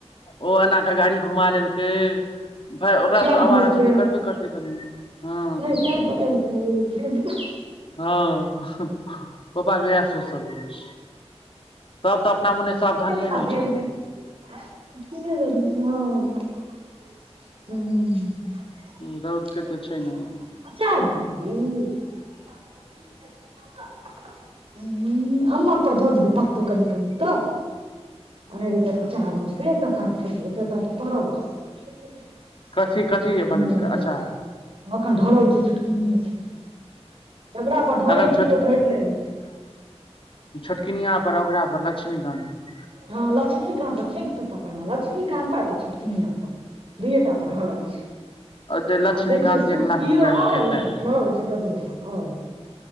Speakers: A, on the left (about 50°); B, on the right (about 55°).
A: ओ एना के गाड़ी घुमा लेलकै। भाय ओकरा
B: किया
A: सभ
B: घुमेलकै
A: आवारा छै तऽ करबे करतै कनि हँ।
B: <unintelligible>
A: हँ पप्पा के इएह सोच सब रहै छै। सभ तऽ अपना मने सावधानिये
B: के पता
A: रहै
B: भेल
A: छै ने।
B: <inaudible> <inaudible>
A: रौद के तऽ छै ने
B: अचार बनेलहि। <unintelligible> पर धऽ दिही पकतौ कनि। कनी त। अनेरोकेँ अचार बनबै छै <unintelligible> <unintelligible>
A: कथी कथी बनेलकै अचार
B: अखन डरल छै छोटनीमे पर। जकरा पर ढरे
A: अखन
B: छै इहो ढरले रहे छै।
A: छोटकिनियाँ पर, ओकरा पर लक्ष्मीकान्त।
B: हँ, लक्ष्मीकान्त पर ठीक तू पकड़ले, लक्ष्मीकांता त छोटकिनिया पर। दूएटा पर ढरल छै।
A: जे लक्ष्मीकान्त
B: आ दै छै सुख
A: एक लाख
B: किओ
A: रुपआ देलकै
B: आउर,
A: तैं
B: ढरल छै ककरो पर। ओ